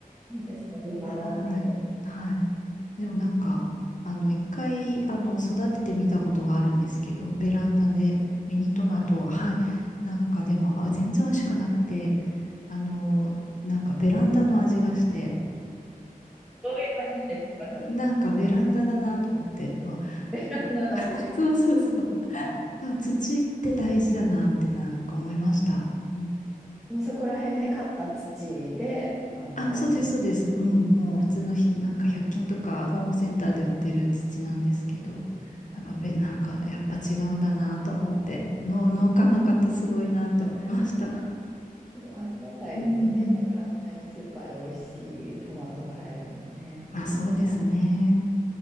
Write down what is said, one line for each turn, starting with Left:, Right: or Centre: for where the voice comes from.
Centre: いいですね。美肌で。
Left: はい。はい。でもなんか、あの、一回、あの、育ててみたことがあるんですけど、ベランダでミニトマトを、
Centre: あ、
Left: はい。なんかでも、あ、全然美味しくなくて、あの、なんかベランダの味がして、
Centre: どういう感じですかそ
Left: なんかベランダだなと思って、そう、
Centre: れそんな感じ。
Left: <laughs> そうそうそう。あ、土って大事だなってなんか思いました。うん
Centre: もうそこら辺で買った土で、あの、
Left: あ、
Centre: されてた。
Left: そうです、そうです。うん。もう普通のひ、なんか100均とかホームセンターで売ってる土なんですけど、やっぱべ、なんかやっぱ違うんだなと思って、農農家の方すごいなって思いました。
Centre: ありがたいですね。
Left: うん。
Centre: 簡単にスーパーで美味しいトマト買えるのもね。
Left: まあそうですね。